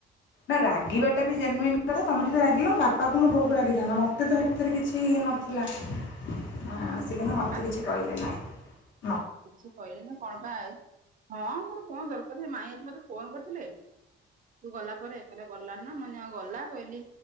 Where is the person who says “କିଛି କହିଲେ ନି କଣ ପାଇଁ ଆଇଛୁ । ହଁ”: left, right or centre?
Right